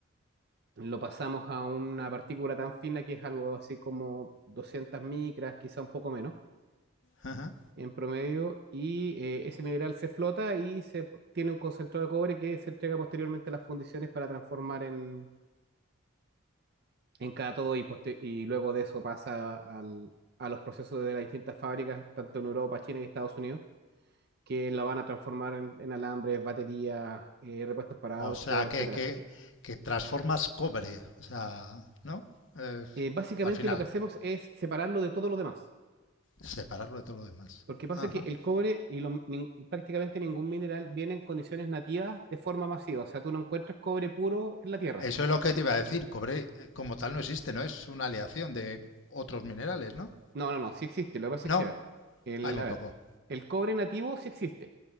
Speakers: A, on the right; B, on the left.
A: lo pasamos a una partícula tan fina que es algo así como 200 micras, quizá un poco menos
B: ajá.
A: en promedio, y eh, ese mineral se flota y se tiene un concentrado de cobre que se entrega posteriormente a las fundiciones para transformar en, en cátodo y, poster- y luego de eso pasa al- a los procesos de las distintas fábricas, tanto en Europa, China y Estados Unidos, que lo van a transformar en, en alambres, baterías, eh, repuestos para autos,
B: O sea,
A: etcétera.
B: que, que, que transformas cobre. O sea, ¿no? Es-
A: Eh, básicamente
B: al final,
A: lo que hacemos es separarlo de todo lo demás.
B: separarlo de todo lo demás.
A: Porque pasa
B: Ajá.
A: que el cobre y lo- nin- prácticamente ningún mineral viene en condiciones nativas de forma masiva. O sea, tú no encuentras cobre puro en la tierra.
B: Eso es lo que te iba a decir. Cobre eh, como tal no existe, ¿no? Es una aleación de otros minerales, ¿no?
A: No, no, no, sí existe. Lo que pasa
B: No,
A: es que, a ver, el,
B: hay muy
A: a ver,
B: poco.
A: el cobre nativo sí existe.